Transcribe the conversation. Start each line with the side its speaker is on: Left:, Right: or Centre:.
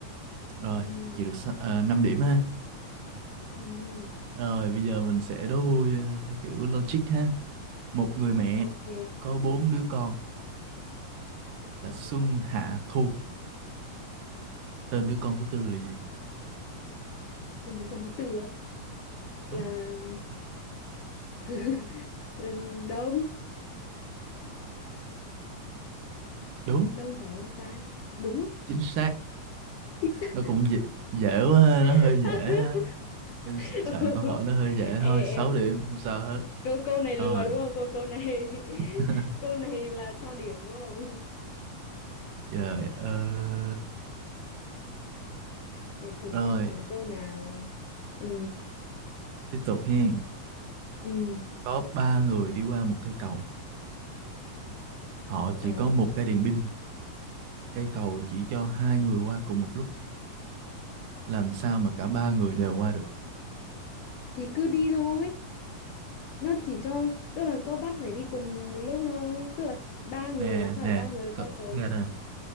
Right: Rồi,
Left: ừ,
Right: chị được uh, 5 điểm ha.
Left: ừ,
Right: Rồi, bây giờ mình sẽ đố vui ờ, theo kiểu logic ha. Một người mẹ
Left: ok
Right: có bốn đứa con là Xuân, Hạ, Thu. Tên đứa con thứ tư là gì?
Left: tên từ con thứ tư á
Right: đúng
Left: là <laughs> ừ, đông
Right: đúng
Left: đông phải không ta đúng
Right: chính xác
Left: chính xác
Right: nó cũng dễ dễ quá ha, nó
Left: <laughs>
Right: hơi dễ ha em s- soạn
Left: ừ.
Right: câu hỏi nó hơi dễ
Left: ê,
Right: thôi
Left: ê.
Right: sáu điểm không sao hết
Left: câu câu này
Right: rồi
Left: lừa đúng không câu câu này
Right: <laughs>
Left: <laughs> câu này là cho điểm đúng không
Right: trời ơi
Left: để thử
Right: rồi
Left: xem còn câu nào ừ
Right: tiếp tục hen
Left: ừ
Right: có ba người đi qua một cây cầu họ chỉ
Left: ờ
Right: có một cái đèn pin cây cầu chỉ cho hai người qua cùng một lúc làm sao mà cả ba người đều qua được
Left: thì cứ đi thôi nó chỉ cho tức là có bắt phải đi cùng một lúc đâu đúng không tức là ba người
Right: nè
Left: làm sao
Right: nè
Left: để ba người qua
Right: cậu
Left: cầu
Right: nghe
Left: đúng
Right: nè
Left: không